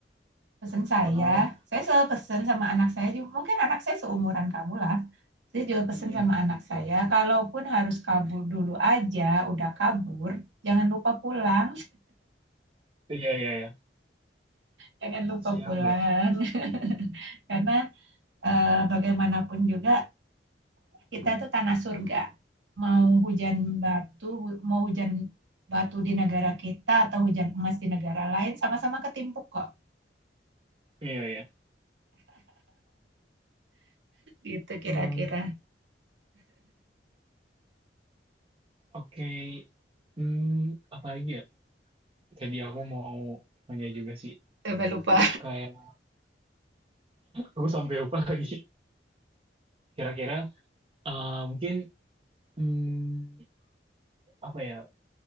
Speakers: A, on the right; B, on the right.
A: pesen saya,
B: Heeh.
A: saya selalu pesen sama anak saya juga. Mungkin anak saya seumuran kamu lah. Saya juga pesen
B: Hmm.
A: sama anak saya, kalaupun harus kabur dulu aja, udah kabur, jangan lupa pulang
B: Iya, iya, iya.
A: jangan lupa
B: Siap,
A: pulang
B: Mbak.
A: <laughs> karena eh, bagaimanapun juga kita tuh tanah surga mau hujan batu mau hujan batu di negara kita atau hujan emas di negara lain sama-sama ketimpuk kok
B: Iya, iya.
A: gitu kira-kira
B: Hmm. Oke. Hmm, apa lagi ya? Tadi aku mau tanya juga sih.
A: coba lupa
B: Kayak aku sampai lupa <laughs> lagi. Kira-kira eh, mungkin hmm, apa ya?